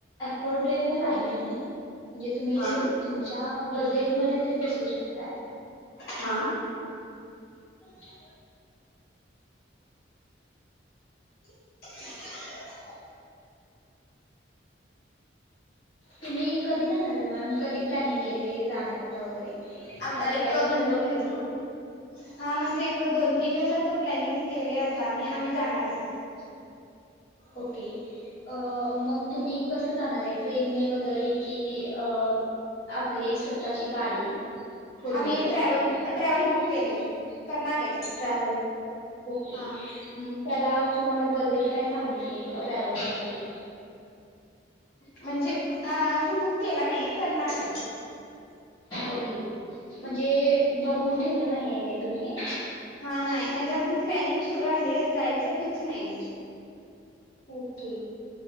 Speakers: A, on the left (about 20°); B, on the left (about 55°).
A: एकॉर्डेड बल आहे आणि म्हणजे तुम्ही
B: हा
A: तुमच्या बजेटमध्ये ते बसवू शकताय.
B: हां.
A: <inaudible>
B: <unintelligible>
A: तुम्ही कधी जाणार आहे मॅम? कधी प्लनिंग केलय जाण्याचं वगैरे?
B: आता
A: असं
B: एक
A: काही
B: म्हणजे
A: ठरवलं आहे
B: हं
A: का
B: हा म्हणजे एक, दोन, तीन दिवसात प्लॅनिंग केलय आज. अता आम्ही-आम्ही जाणारचं.
A: ओके. अ मग तुम्ही कसं जाणार आहे? ट्रेन ने वगैरे कि? अ आपली स्वतःची गाडी फोर
B: आम्ही
A: व्हीलर
B: ट्रॅव्हल-ट्रॅव्हल बुक केले. करणार आहे
A: ट्रॅव्हल ओके.
B: हा
A: अं त्याला तुम्हाला बजेट काय सांगितले, ट्रॅव्हल साठी?
B: म्हणजे अ अजून, बुक केला नाही करणार आहे.
A: ओके, म्हणजे बघून ठेवलं नाहीये काय तुम्ही?
B: हा नाही म्हणजे अजून प्लॅनिंग सुरू आहे, जायचं फिक्स नाही.
A: ओके,